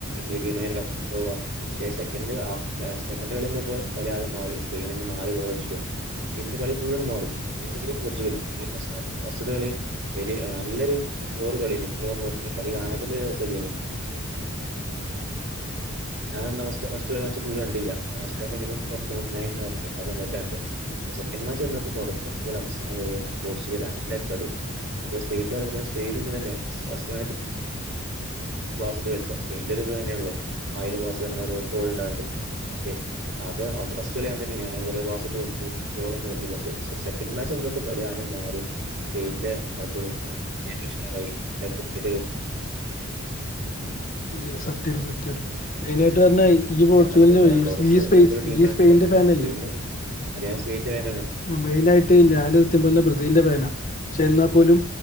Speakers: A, on the right; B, on the left.
A: എ ഭ കപ്പുുക പക്ഷെ സെക്ക സെക്ക കള കെ മാ സെ നാലു ഗോളടിച്ചു. ഇ കളി ഫണ് മാറി പോർച്ചുഗലും പോർച്ചുഗല വസ്തുകള വ നല്ലൊരു ബോർ കളി കളി കാണാത്തോണ്ട് രസല്യേ നി ഞാൻ അവ അവുള്ളി കണ്ടില്ല അവപ്പ ഞ പറി അത്ന്നത്തണ്ട് സെക്കൻ് മാച്ച് വന്നപ്പോ തുടക്കം മുതൽ അവസാന വരെ പോർച്ചുഗൽ അല്ല കളി അ സ്പെയിന്റെ പേരുമ്പ തന്നെ <unintelligible> പാസ്സ് ഇട്ട് കളിച്ച <unintelligible> ആയിരം പാസ്സ് <unintelligible> തോൾഡാണ്ട് ശരി അത് ഓലത് ഫസ്റ്റ് കളിയങ്ങേൻതന്ന ആണ് അല്ലാതെ കോറെ പാസ്ട്ട് കളിച്ച് ഗോളൊന്നും തന്നില്ല സെക്കെണ്ട് മാച്ച് ഇന്ന്പ്പോ കളിയാക മാറി സ്പെയിന്റെ അത് മ് ഏറ്റവും ഉഷാറായി <unintelligible>
B: അതെ അതെ സത്യായിട്ടും സത്യായിട്ടും മെയിനായിട്ട് ട്ട് പറഞ്ഞാ ഇ ഈ
A: പിന്നെ
B: പോർച്ചുഗലിന്റെ
A: അങ്ങനത്തെ ഫെറാൻ
B: <unintelligible>
A: ടോറസ് അങ്ങനത്തെ ഒരു ടീമായിട്ട്
B: ഈ സ്പെയിന്റെ
A: തന്നെ
B: ഫാനല്ലേ
A: സ്പെയിന് അത് ഞാൻ സ്പെയിന്റെ ഫാനാണ്
B: മെയിനായിട്ട് ഞാന് സത്യം പറഞ്ഞ ബ്രസീലിന്റെ ഫാന പക്ഷെ എന്നാ പോലും